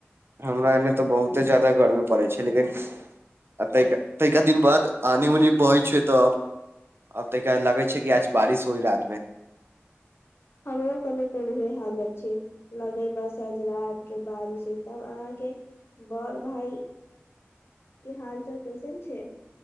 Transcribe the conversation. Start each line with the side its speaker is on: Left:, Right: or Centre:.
Right: हमरा एने तऽ बहुते ज्यादा गर्मी पड़ै छै लेकिन एते तैका दिन बाद आनी उनी बहै छै तऽब आब तैका लागै छै कि आज बारिश होई रात मे
Left: हमर कने कह है हालत लगे बस आज रात के बारिश होय तब अहाँके बर भइ के हाल चाल कैसन छै